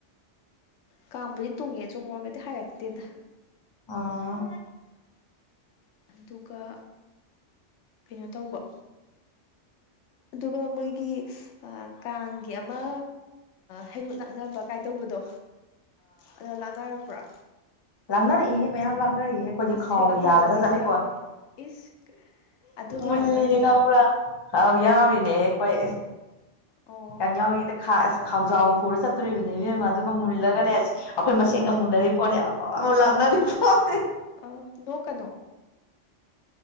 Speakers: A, on the left (about 85°); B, on the left (about 35°).
A: ꯀꯥꯡꯥꯕꯨꯗꯤ ꯇꯨꯡꯉꯦ ꯆꯨꯝꯃꯣꯔꯒꯗꯤ ꯍꯥꯏꯔꯛꯇꯦꯗ
B: ꯑꯥ
A: ꯑꯗꯨꯒ ꯀꯩꯅꯣ ꯇꯧꯕ ꯑꯗꯨꯒ ꯃꯣꯏꯒꯤ ꯀꯥꯡꯒꯤ ꯑꯃ ꯍꯩꯌꯨꯠ ꯂꯥꯛꯅꯕ ꯀꯥꯏꯗꯧꯕꯗꯣ ꯑꯗꯣ ꯂꯥꯛꯅꯔꯛꯄ꯭ꯔꯥ
B: ꯂꯥꯛꯅꯔꯛꯏꯦꯍꯦ ꯃꯌꯥꯝ ꯂꯥꯛꯅꯔꯛꯏꯍꯦ ꯑꯩꯈꯣꯏꯗꯤ
A: ꯑꯁ
B: ꯈꯥꯎꯒ
A: ꯍꯦꯛ ꯂꯥꯟꯅꯕꯒ
B: ꯌꯥꯜꯂꯒ
A: ꯌꯥꯎ
B: ꯆꯠꯂꯤꯕꯣ
A: ꯏꯁ ꯑꯗꯨ ꯃꯌꯥꯝ
B: ꯃꯨꯜꯂꯤꯅꯦ
A: ꯃꯔꯛꯇꯨꯗ
B: ꯀ꯭ꯔꯥ ꯍꯥꯎ ꯌꯥꯎꯔꯤꯅꯦ
A: ꯑꯥ
B: ꯑꯩꯈꯣꯏ
A: ꯑꯣ
B: ꯀꯌꯥꯝ ꯌꯥꯎꯔꯤꯗ ꯑꯁ ꯈꯥꯎꯖꯥꯎꯕ ꯄꯨꯔ ꯆꯠꯇꯣꯔꯤꯕꯅꯤ ꯌ ꯑꯃ ꯑꯗꯨꯒ ꯃꯨꯜꯂꯒꯅꯦ ꯑꯩꯈꯣꯏ
A: ꯑꯥ
B: ꯃꯁꯦꯟꯒ ꯃꯨꯟꯅꯔꯤ ꯄꯣꯠꯅꯤ ꯑ ꯑꯃ ꯂꯥꯛꯅꯔꯤ
A: ꯑꯥ
B: ꯄꯣꯠꯅꯤ
A: ꯑꯥ ꯅꯣꯛꯀꯅꯣ